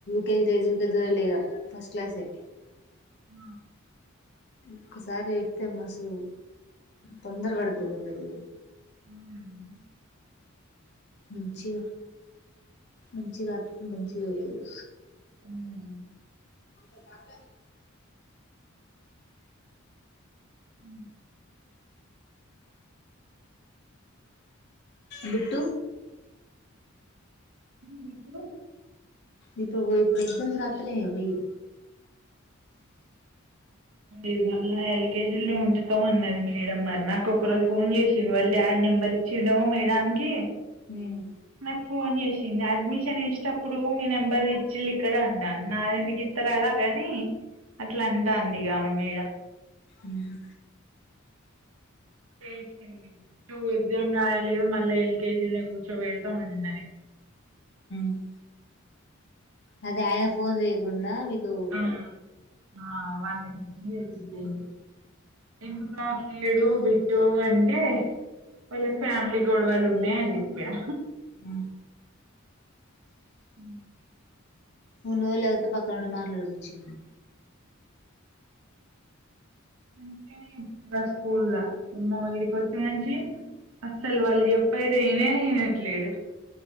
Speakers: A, on the left; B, on the right.
A: కజీ లేజ గదు లేగా ఫస్ట్ క్లాసే
B: ఆ
A: ఒకసారి ఇప్తే మసు తొందరగాడతున్న పెది
B: హ్మ్.
A: మంచి మంచి కాతుది మంచిగా అవుతుంది
B: హ్మ్
A: ఇ పాక
B: హ
A: బట్టు
B: నకు
A: ఇప్పుడు పో ఇప్పుడు ఎక్జామ్స్ రాత్తే పోయ
B: ఇది మ ఎల్కేజీ ఉంచుతామన్నది మేడ మరి నాకు ఒకరోజు ఫోన్ చేసింది వాళ్ళ డాడీ నెంబర్ ఇచ్చిండెమో మేడనికి
A: ఉమ్
B: నాక్ ఫోన్ చేసింది అడ్మిషన్ ఇచ్చేటప్పుడు మీ నెంబర్ ఇచ్చిళ్ళు ఇక్కడ అన్నాన్ నాది ఎందుకు ఇత్తరాలా కాని, అట్లా అంటాంది గామె మేడం
A: మ్మ్
B: చేసింది టూ ఎగ్జామ్ రాయలేదు మళ్ళా ఎల్కేజీ ల్నే కూర్చోబెడుతాం అన్నది.
A: ఉమ్ అదే ఆయన ఫోన్ చేయ్యకుండా మీకు
B: ఆ ఆ వాళ్ళకిచ్చి చేప్పింది ఎందుకు రా అట్ల లేడు బిటు అంటే వాళ్ళ ఫ్యామిలీ గొడవలు ఉన్నాయని చెప్పాడు
A: ఆ
B: ఉ
A: మును వే లేకపోతే పక్కన ఉండి మాట్లాడి వచ్చి
B: మంచిగానే స్కూల్ లో ఇక్కడికి వచ్చినప్పటి నుంచి అస్సలు వాళ్ళ చెప్పది విననే వినట్లేడు